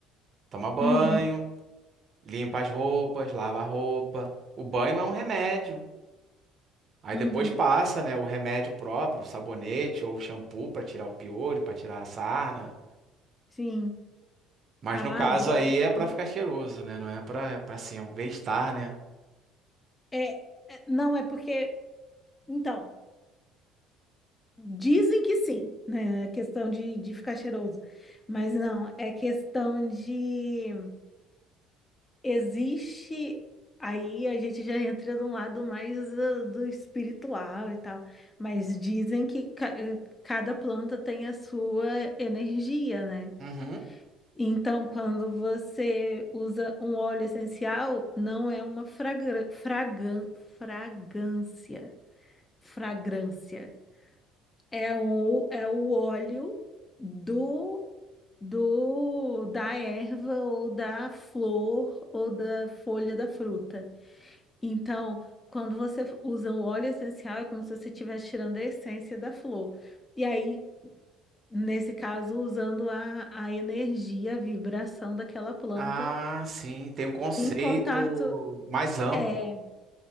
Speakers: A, on the right (about 40°); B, on the left (about 20°).
A: Toma banho,
B: Uhum,
A: limpa as roupas, lava a roupa. O banho é um remédio. Aí
B: uhum,
A: depois passa, né, o remédio próprio, o sabonete ou o shampoo pra tirar o piolho, pra tirar a sarna.
B: sim.
A: Mas
B: A
A: no caso
B: água,
A: aí é pra
B: né?
A: ficar cheiroso, né? Não é pra, é pra assim, é um bem-estar, né?
B: É, é- não é porque, então, dizem que sim, né? A Questão de, de ficar cheiroso. Mas não, é questão de existe aí a gente já entra de um lado mais do, do espiritual e tal, mas dizem que ca- eh, cada planta tem a sua energia, né?
A: Uhum.
B: Então, quando você usa um óleo essencial, não é uma fragra fragan fragância fragrância. É um, é o óleo do, do da erva ou da flor ou da folha da fruta. Então, quando você usa um óleo essencial, é como se você estivesse tirando a essência da flor. E aí, nesse caso, usando a, a energia, a vibração daquela planta
A: Ah, sim, tem um conceito
B: Em contato,
A: mais amplo.
B: é,